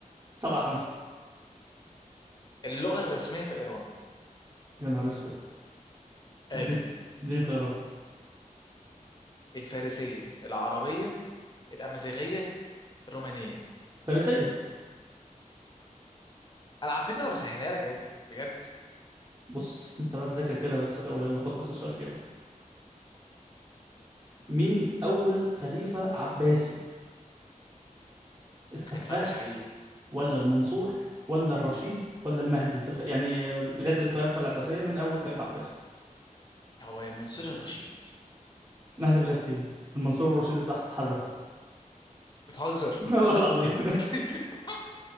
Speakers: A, on the right; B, on the left.
A: 7 5
B: اللغة الرسمية في إيران
A: يا نهار اسود
B: قابل
A: اديني اديني خيارات
B: الفارسية العربية الأمازيغية الرومانية
A: فارسية
B: أنا على فكرة أنا بسهلها لك أوي بجد
A: بص انت بقى تذاكر كده بس الاول يلا خد بس السؤال كده مين اول خليفة عباسي السفاح
B: خليفة عباسي في إيه
A: ولا المنصور ولا الرشيد ولا المهدي في الخ... يعني آه، بداية الخلافة العباسية من أول خليفة عباسي
B: هو يا منصور الرشيد
A: نحذف إجابتين المنصور والرشيد تحت حذفوا
B: بتهزر
A: <laughs> والله العظيم
B: <laughs>